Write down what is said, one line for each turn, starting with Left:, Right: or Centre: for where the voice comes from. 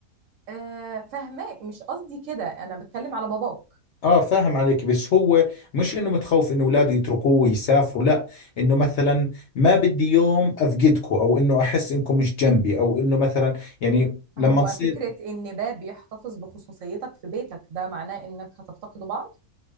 Right: آه، فاهماه مش قصدي كده انا بتكلم على باباك
Left: اه فاهم عليك بس هو مش انه متخوف انه اولاده يتركوه ويسافروا لا انه مثلا ما بدي يوم افقدكم او انه احس انكم مش جنبي او انه مثلا يعني لما
Right: هو
Left: تصير
Right: فكرة ان باب يحتفظ بخصوصيتك في بيتك ده معناه انك هتفتقدوا بعض